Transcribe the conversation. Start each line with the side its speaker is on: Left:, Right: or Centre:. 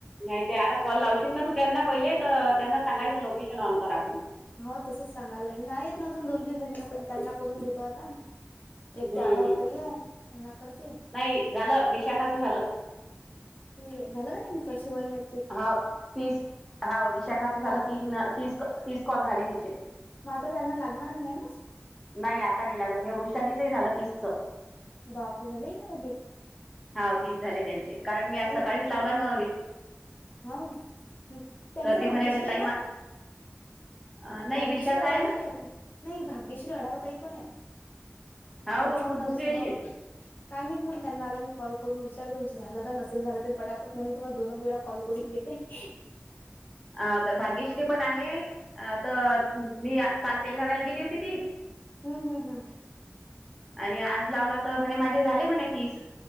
Centre: नाही ते आता कॉल लावशील ना, तू त्यांना पहिले तर त्यांना सांगायचं, लोकेशन ऑन करा म्हणून
Left: हो तसंच सांगायला लागेल, ना आहेत येत ना अजून दोन तीन जणी आपण त्यांना, करून घेतो, आता एक
Centre: हम्म
Left: ते आढावताईआहे,
Centre: हम्म
Left: त्यांना करते.
Centre: नाही झालं. विशाखाचं झालं.
Left: ते झालं नाही काय शिवलने
Centre: हा तीस हा विशाखाच झालं,
Left: भाजी
Centre: तीन ती तीस कॉल झाली तिचे -
Left: म, आता त्त्यांना लागणार नाही ना
Centre: नाही आता नाही लागत, हे वृषालीचही झालं तिसचं.
Left: बापर झालाय, का मागे
Centre: हा तीस झाले त्यांचे कारण मी आज
Left: म्हणजे
Centre: सकाळीच लावला न
Left: हा त्यांच
Centre: तर
Left: नाव
Centre: ती म्हणे
Left: भाग्यश्री
Centre: "अगं
Left: आहे,
Centre: ताई
Left: का
Centre: मा-" अं, नाही
Left: भाग्यश्री
Centre: विशाखा
Left: अडावा
Centre: आहे ना
Left: नाही, भाग्यश्री अडावा ताईपण आहे.
Centre: हाव
Left: त्यांचंच
Centre: का मग
Left: झालं
Centre: दुसरी अशील.
Left: हा, काय नाहीत मग त्यांना आता मी कॉल करून विचारते. तुमं झालं का नसेल झालं ते पटापट म्हण तुमला दो वेळा कॉल करूनग्यत ते <unintelligible>
Centre: अ तर भाग्यश्री पण आहे अ, तर मी, काल तेल्हाराला गेली होती, ती
Left: हम्म, हम्, हम्
Centre: आणि आज लावला तर म्हणे, माझे झाले, म्हणे, तीस.